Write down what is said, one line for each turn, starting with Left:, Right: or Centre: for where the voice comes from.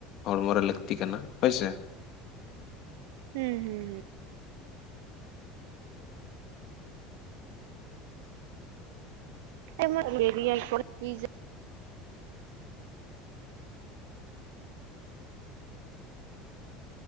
Left: ᱦᱚᱲᱢᱚ ᱨᱮ ᱞᱟᱹᱠᱛᱤ ᱠᱟᱱᱟ ᱦᱚᱭᱥᱮ᱾
Right: ᱦᱩᱸ ᱦᱩᱸ ᱦᱩᱸ᱾ <inaudible>